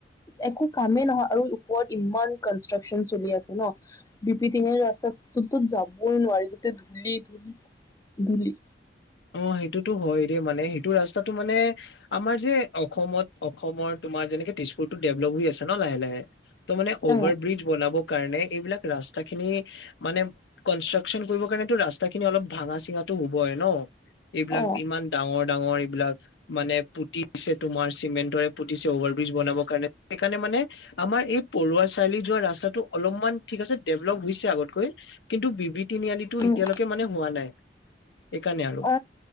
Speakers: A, on the left (about 20°); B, on the left (about 70°).
A: একো কামেই নহয় আৰু ওপৰত ইমান কনষ্ট্ৰাকচন চলি আছে ন বিপি তিনিআলিৰ ৰাস্তাটোতো যাবই নোৱাৰি গোটেই ধূলি-ধূলি-ধূলি।
B: অ সেইটো টো হয় দে মানে সেইটো ৰাস্তাতো মানে আমাৰ যে অসমত অসমৰ তোমাৰ যেনেকে তেজপুৰতো ডেভেলপ হৈ আছে ন লাহে লাহে, ত' মানে অভাৰ
A: অ
B: ব্ৰিজ বনাবৰ কাৰণে এইবিলাক ৰাস্তা খিনি মানে কনষ্ট্ৰাকশচন কৰিবৰ কাৰণেতটো ৰাস্তা খিনি অলপ ভাঙা চিঙাটো হ'বই ন, এইবিলাক
A: অ
B: ইমান ডাঙৰ ডাঙৰ এইবিলাক মানে পুতিছে তোমাৰ চিমেণ্টৰে পুতিছে অভাৰব্ৰীজ বনাবৰ কাৰণে, সেইকাৰণে মানে আমাৰ এই পৰুৱা চাৰিলি যোৱা ৰাস্তাটো অলপমান ঠিক আছে ডেভলপ হৈছে আগতকৈ কিন্তু বি পি তিনি আলিটো
A: উম
B: এতিয়ালৈকে মানে হোৱা নাই। সেইকাৰণে আৰু।
A: অ